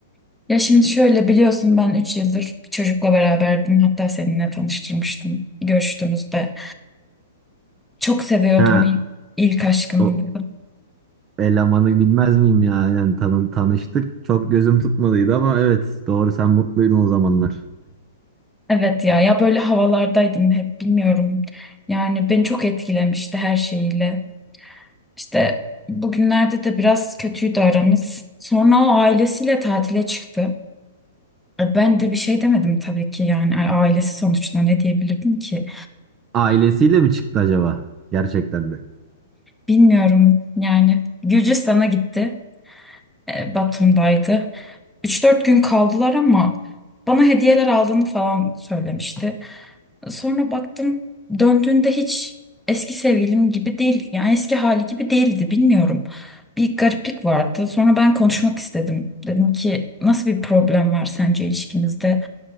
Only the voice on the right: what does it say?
Ha,
o elemanı bilmez miyim ya? Aynen tanı tanıştık. Çok gözüm tutmadıydı ama evet doğru sen mutluydun o zamanlar.
Ailesiyle mi çıktı acaba? Gerçekten de.